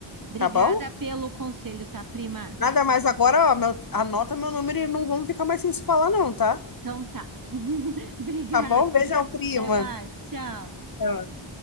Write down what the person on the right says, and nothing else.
Obrigada
pelo conselho, tá, prima?
Então tá. <laughs> Obrigada.
Até mais. Tchau.